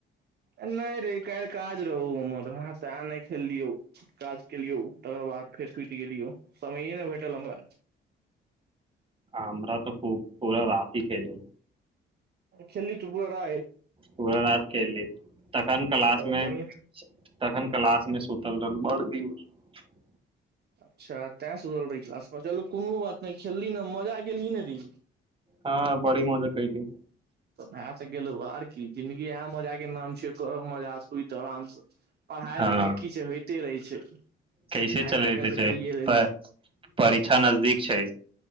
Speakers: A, on the right (about 55°); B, on the right (about 25°).
A: नहि रे काल्हि काज रहौ हमर अ तऽ नहि खेललियौ काज केलियौ तकर बाद फेर टूटि गेलियौ समयए नहि भेटल हमरा
B: हमरा तऽ खू पूरा रति खेल
A: खेलल तू पआरा
B: पूरा रात खेलि तखन क्लास
A: तऽ
B: मे
A: बढ़िया
B: तखन क्ास में सुतल रनब <unintelligible>
A: अच्छा तैं सुधल रहै छास बजलो कोनो बात नहि खेलली ने मजा गेलल ही ने री
B: हँ बड़ी मजा कली
A: तऽ वएह से गेलहु आर की जिंन्दगी इएह मजा के नाम छ कर मजा सुइत आराम से पढ़ाई
B: हँ
A: लिखाई कीछ होइते रहे छै <unintelligible>
B: कैसे चले
A: न काल्हि तऽ
B: छै
A: कहिये रही
B: पर परीक्षा नजदीक छै